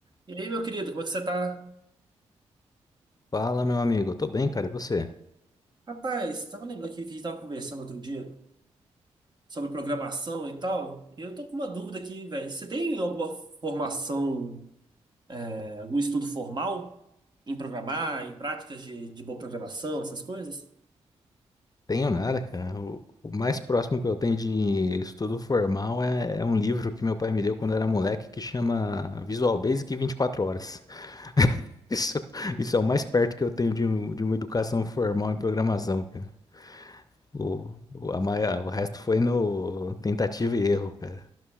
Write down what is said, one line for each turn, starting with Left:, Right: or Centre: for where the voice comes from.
Right: E aí, meu querido, como é que você tá?
Left: Fala, meu amigo. Tô bem, cara. E você?
Right: Rapaz, tava lembrando aqui que a gente tava conversando outro dia sobre programação e tal. E eu tô com uma dúvida aqui, velho. Você tem alguma formação, é, algum estudo formal em programar, em práticas de, de boa programação, essas coisas?
Left: Tenho nada, cara. O, o mais próximo que eu tenho de estudo formal é, é um livro que meu pai me deu quando eu era moleque que chama Visual Basic 24 horas. <laughs> Isso, isso é o mais perto que eu tenho de, um- de uma educação formal em programação, cara. O, o, a maia- o resto foi no tentativa e erro, cara.